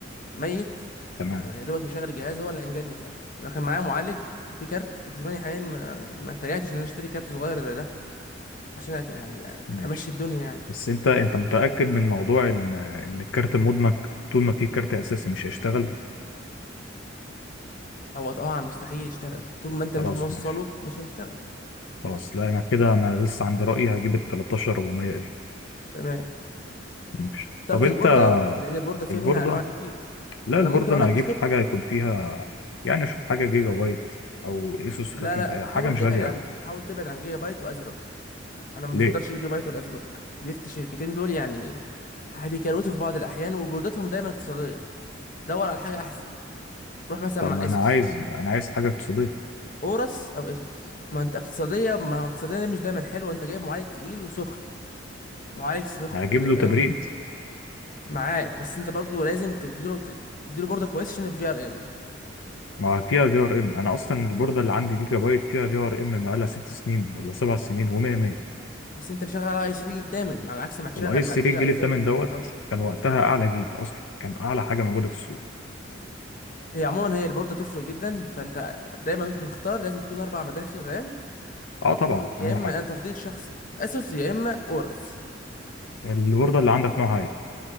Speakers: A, on the left; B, on the left.
A: ميت
B: تمام
A: ما- يا دوبك بيشغل الجهاز هو اللي أنجدني ساعتها لو كان معايا معالج في كارت كنت زماني حاليا ما ما اتريقتش إن أنا أشتري كارت صغير زي ده عشان أك- يعني
B: ماشي
A: أمشي الدنيا يعني
B: بس انت انت متأكد من موضوع ان ان الكارت مدمج طول ما في كارت اساسي مش هيشتغل
A: هو طبعا مستحيل يشتغل طول ما أنت
B: خلاص
A: مش موصله
B: ماشي
A: مش هيشتغل
B: خلاص لا انا كده انا لسه عند رأيي هجيب ال 13 400 اف
A: تمام
B: ماشي
A: اخترت
B: طب انت
A: البوردة لأن البوردة فيها
B: البوردة
A: منها أنواع كتير
B: لا البوردة
A: أنا ممكن أقول
B: انا
A: لك
B: هجيب
A: الشركة
B: حاجة يكون فيها يعني اشوف حاجة جيجا بايت او اسوس
A: لا
B: خفيف
A: لا
B: حاجة
A: حاول
B: مش
A: تبعد
B: غالية
A: عن
B: قوي
A: حاول تبعد عن جيجا بايت وأزروك أنا ما
B: ليه
A: بفضلش جيجا بايت ولا أزروك دي الشركتين دول يعني بيكروتوا في بعض الأحيان وبوردتهم دايما اقتصادية دور على حاجة أحسن روح مثلا
B: طب
A: مع
B: ما
A: إيسوس
B: انا عايز انا عايز حاجة اقتصادية
A: أورس أو إيسوس ما أنت اقتصادية ما هو اقتصادية دي مش دايما حلوة أنت جايب معالج تقيل وسخن معالج سخن
B: هجيب
A: كده
B: له
A: فاهم
B: تبريد
A: معاك بس أنت برضه لازم تديله تديله بوردة كويسة عشان الفي ار ام
B: ما فيها في ار ام انا اصلا البورده اللي عندي جيجا بايت فيها في ار ام بقالها ست سنين ولا سبع سنين و100 100
A: بس انت مشغل اي 3 جيل تامن على عكس ما تشغل
B: الاي اس
A: بعد
B: 3
A: كده
B: الجيل
A: اي
B: الثامن
A: 5 جيل
B: دوت
A: 13
B: كان وقتها اعلى جيل اصلا كان اعلى حاجه موجوده في السوق
A: هي عموما هي البوردة بتفرق جدا فانت دايما وانت بتختار لازم تكون اربع مداخل رام
B: اه
A: وتكون
B: طبعا
A: يا
B: اهم
A: اما
B: حاجه
A: انا تفضيل شخصي اسوس يا اما اورس
B: البورده اللي عندك نوعها ايه